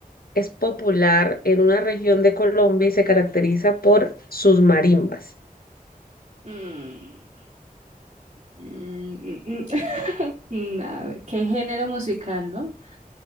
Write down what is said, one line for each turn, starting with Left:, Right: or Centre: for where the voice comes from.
Left: es popular en una región de Colombia y se caracteriza por sus marimbas?
Right: Mm, mm, mm, mm. <laughs> Mm, a ver, ¿qué género musical, no?